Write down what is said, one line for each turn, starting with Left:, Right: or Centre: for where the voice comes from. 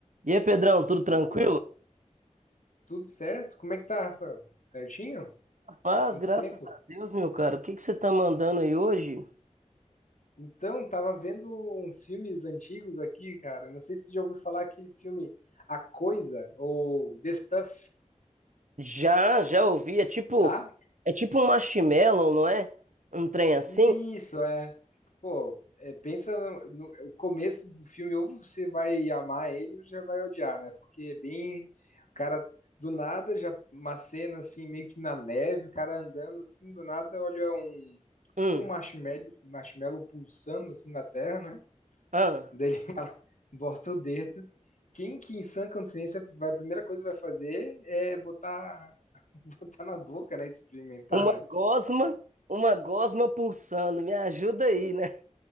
Right: E aí, Pedrão, tudo tranquilo?
Left: Opa, tudo certo? Como é que tá, Rafael? Certinho?
Right: Paz,
Left: Quanto
Right: graças
Left: tempo?
Right: a Deus, meu cara. O que que você tá mandando aí hoje?
Left: Então, tava vendo uns filmes antigos aqui, cara. Não sei se você já ouviu falar aquele filme A Coisa ou The Stuff.
Right: Já, já ouvi. É tipo,
Left: Já?
Right: é tipo um marshmallow, não é? Um trem assim?
Left: Isso, é. Pô, é, pensa no, no- o começo do filme, ou você vai amar ele ou já vai odiar, né? Porque é bem. O cara, do nada, já uma cena assim, meio que na neve, o cara andando assim, do nada, olha um.
Right: Hum,
Left: Tipo um marshmallow, um marshmallow pulsando assim na terra, né?
Right: ah,
Left: Daí ele <laughs> fala, bota o dedo. Quem que em sã consciência, vai- a primeira coisa que vai fazer é botar, <laughs> botar na boca, né? Experimentar,
Right: uma
Left: né?
Right: gosma, uma gosma pulsando. Me ajuda aí, né?